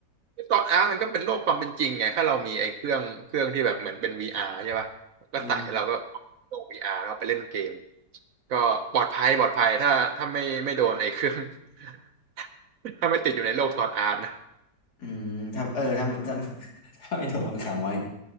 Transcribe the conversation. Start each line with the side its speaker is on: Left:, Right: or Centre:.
Right: ซอร์สอาร์ตมันก็เป็นโลกความเป็นจริงไงถ้าเรามีไอ้เครื่องเครื่องที่แบบเหมือนเป็น VR ใช่ป่ะก็ใส่เราก็
Left: <laughs> เออ
Right: โลก VR แล้วก็ไปเล่นเกมก็ปลอดภัยปลอดภัยถ้าถ้าไม่ไม่โดนไอ้เครื่อง <laughs> ถ้าไม่ติดอยู่ในโลกซอร์ดอาร์ตนะ
Left: อืมทำเออทำทำ <laughs> ทำไอ้โดดมันขังไว้